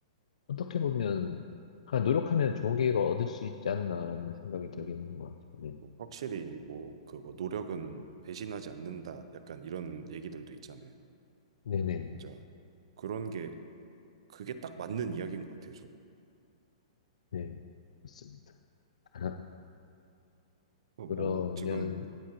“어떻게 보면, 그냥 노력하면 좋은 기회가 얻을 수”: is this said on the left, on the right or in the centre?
Left